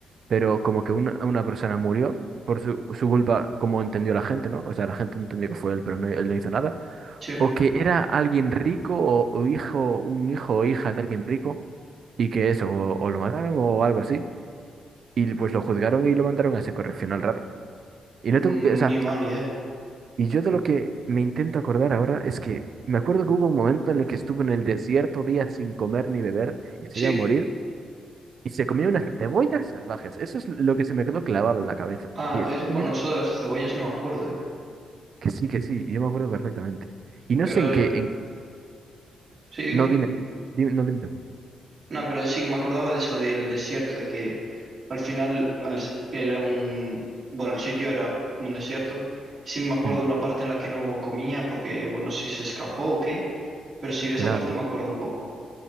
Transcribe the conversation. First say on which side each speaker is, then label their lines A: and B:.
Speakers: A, on the right (about 45°); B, on the right (about 25°).
A: pero como que una, una persona murió por su, su culpa, como entendió la gente, ¿no? O sea, la gente entendió que fue él, pero no, él no hizo nada.
B: Sí.
A: O que era alguien rico o, o hijo, un hijo o hija de alguien rico y que eso, o, o lo mataron o algo así. Y pues lo juzgaron y lo mandaron a ese correccional raro. Y no
B: Mm,
A: te- o sea,
B: ni mala idea.
A: y yo de lo que me intento acordar ahora es que me acuerdo que hubo un momento en el que estuvo en el desierto días sin comer ni beber y
B: Sí,
A: se iba a morir. Y se comió unas cebollas salvajes. Eso es lo que se me quedó clavado en la cabeza.
B: ah,
A: ¿Y estaba
B: es, bueno,
A: comiendo?
B: eso de las cebollas no me acuerdo, eh.
A: Que sí, que sí. Yo me acuerdo perfectamente. Y no
B: Pero
A: sé en qué. en-
B: sí, dime.
A: No, dime, dime, dime- no, dime tú.
B: No, pero sí que me acordaba de eso del desierto, de que al final al- era un... Bueno, el sitio era un desierto. Sí me acuerdo
A: Mm,
B: de una parte en la que no comía porque, bueno, no sé si se escapó o qué, pero sí de esa
A: claro.
B: parte me acuerdo un poco.